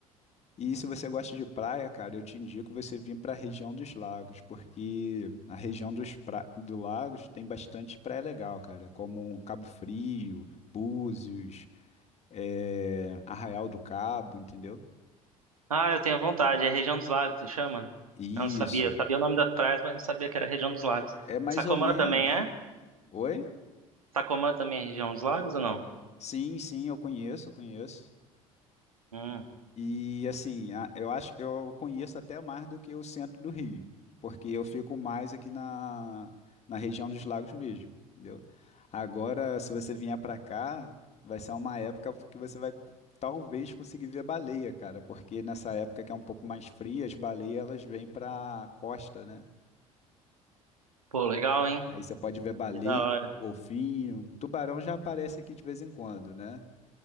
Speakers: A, on the left; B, on the right.
A: E se você gosta de praia, cara, eu te indico você vir para a região dos lagos, porque a região dos pra... do lagos tem bastante praia legal, cara, como Cabo Frio, Búzios, eh, Arraial do Cabo, entendeu?
B: Ah, eu tenho vontade. É região dos lagos, se chama?
A: Isso.
B: Eu não sabia. Eu sabia o nome das praias, mas não sabia que era região dos lagos.
A: É mais
B: Sacomã
A: ou menos.
B: também é?
A: Oi?
B: Sacomã também é região dos lagos ou não?
A: Sim, sim, eu conheço, eu conheço.
B: Hum.
A: E assim, a- eu acho que eu conheço até mais do que o centro do Rio, porque eu fico mais aqui na, na região dos lagos mesmo, entendeu? Agora, se você vier pra cá, vai ser uma época que você vai talvez conseguir ver baleia, cara, porque nessa época que é um pouco mais fria, as baleias elas vêm pra costa, né?
B: Pô, legal, hein?
A: Aí você pode ver baleia,
B: Que da hora.
A: golfinho, tubarão já aparece aqui de vez em quando, né?